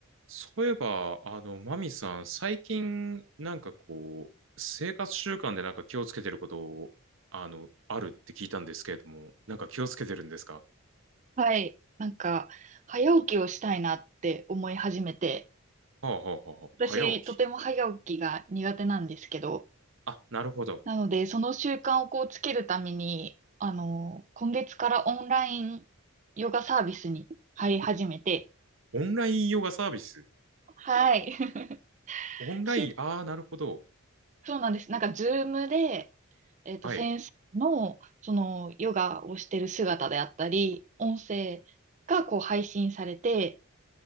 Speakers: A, on the right (about 60°); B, on the right (about 35°).
A: そういえば、あの、マミさん、最近、なんかこう、生活習慣でなんか気をつけてることを、あの、あるって聞いたんですけれども、なんか気をつけてるんですか
B: はい。なんか、早起きをしたいなって思い始めて、
A: はあはあはあはあ、
B: 私、
A: 早起き。
B: とても早起きが苦手なんですけど、
A: あ、なるほど。
B: なので、その習慣をこうつけるために、あの、今月からオンラインヨガサービスに入り始めて、
A: オンラインヨガサービス。
B: はい。<laughs>
A: オンライン、
B: 週
A: ああ、なるほど。
B: そうなんです。なんか、ズームで、えっと、
A: はい。
B: 先生の、その、ヨガをしてる姿であったり、音声がこう配信されて、